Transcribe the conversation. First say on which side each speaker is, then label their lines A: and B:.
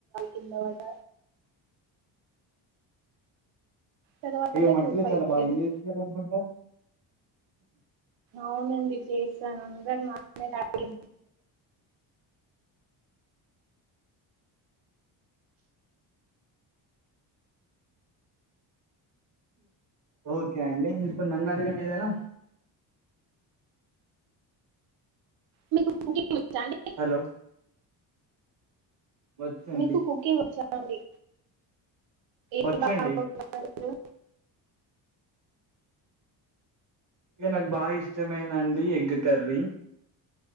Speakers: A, on the right; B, on the right.
A: తుందని మాట తర్వాత
B: అయ్యో మంటలో
A: ట్రిప్ అయిపోయింది
B: చాలా బాగా ఎంజాయ్ చేసారంటుకుంటా
A: అవునండి చేస్తాను అందరు నాన్న డాడీ
B: ఓకే అండి ఇప్పుడు నన్ను అడగండి ఏదైన
A: మీకు వచ్చా అండి
B: హలో వచ్చండి
A: మీకు కుకింగ్ వచ్చా అండి ఏం
B: బచ్చండి.
A: బ ను
B: ఇగ నాకు బాగా ఇష్టమైందండి ఎగ్ కర్రీ